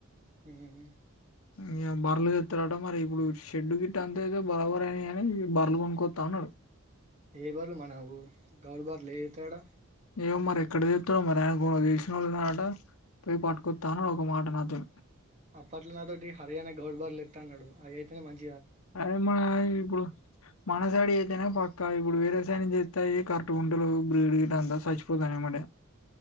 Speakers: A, on the right; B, on the left.
A: హ్మ్ హు
B: ఈయల బర్రలు తెత్తడట మరి ఇప్పుడు షెడ్డు గిట్ట అంత ఏదో బరాబరని అని బర్లు కొనుక్కోస్తా అన్నాడు
A: ఏవర్లు మనవు గౌర బార్లు ఏ అవుతాడా
B: ఏమో మరి ఎక్కడ తెత్తడో మరి ఆయన ఏవలో తెల్సినోళ్ళు ఉన్నారట పోయ్ పట్టుకొత్త అన్నడు ఒక మాట నాతో
A: అప్పట్ల నాతోటి హరియానా గౌడ్బర్ల తన్నాడు అది అయితేనే మంచి
B: అరే మ ఇప్పుడు మనసైడియీ అయితేనే పక్ ఇంకా ఇప్పుడు వేరేసైడ్ నుండి తెత్తే ఈ కరటు గుంటలేవు బ్రీడ్ గ అంతా సచిపోతానాయేంబటే